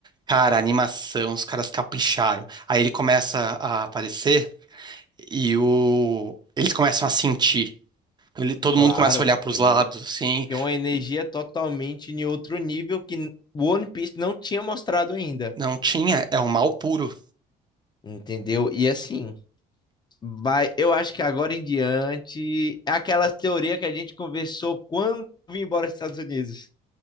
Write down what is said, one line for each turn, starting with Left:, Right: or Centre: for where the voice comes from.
Right: Cara, a animação, os caras capricharam. Aí ele começa a aparecer e o... eles começam a sentir. Ele- Todo
Left: Claro,
Right: mundo começa a olhar
Left: porque
Right: pros
Left: eu-
Right: lados, assim.
Left: porque é uma energia totalmente em outro nível que o One Piece não tinha mostrado ainda,
Right: Não tinha, é o mal puro.
Left: entendeu? E assim, vai, eu acho que agora em diante, é aquela teoria que a gente conversou quando eu vim embora dos Estados Unidos.